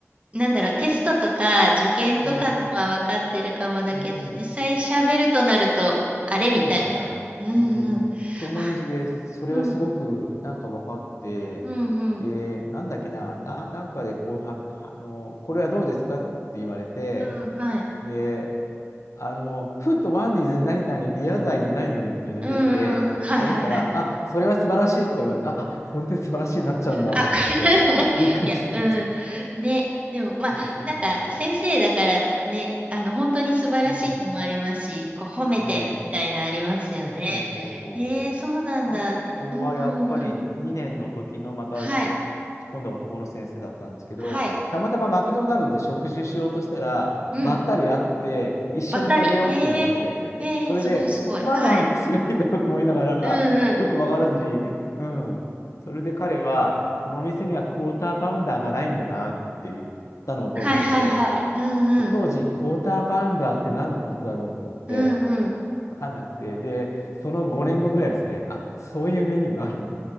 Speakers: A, on the right; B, on the left.
A: なんだろう、テストとか受験とかのは分かってるかもだけど、
B: う。うん。うん。
A: 実際喋るとなると、あれみたいな。
B: そうね。
A: うんうん。
B: うん。と思います。
A: あ、
B: で、それはすごくなんか分かって、
A: うん、うんうん。
B: で、なんだっけな、な、なんかでこうは、はあの、これはどうですかって言われて、
A: うん、はい。
B: で、あの、ふっとワンイズ何々、リアザイズ何々っていうのが出てきて、
A: うんうんうん。はいはいはい。
B: 喋ったら、あ、それは素晴らしいとか言われて、あ、これで素晴らしいになっちゃうんだと思って、
A: あ、これ <laughs>
B: <laughs> びっくりしました。
A: いや、うん。ね。でも、まあ、
B: そうそうそうそ
A: なんか、先生だからね、あの、本当に素晴らしいのもありますし、
B: う。うん。
A: こう、褒めて、
B: ねえ。
A: みたいなありますよね。
B: そうそうそうそう。
A: えー、そうなんだ。
B: あとはやっぱり2年の時のまたおと今度は男の先生だったんですけど、
A: うんうんうん。はい。はい。
B: たまたまマクドナルドで食事しようとしたら、
A: うん。
B: ばったり会って、一緒に食べようってなって、
A: ばったり。へえ。へえ、
B: それで、
A: すごいすごい。
B: 何の話しないんだろうと思いながら、
A: はい。うんうん。
B: よくわからずに、うん、それで彼は、この店にはクォーターパウンダーがないんだなって言ったのを覚えていて、
A: はいはいはい。うんうん。
B: で当時、クォーターパウンダーって何のことだろうと思って、
A: うんうん。
B: わかんなくて、で、その5年後ぐらいですね、あ、そういうメニューがあるんだ。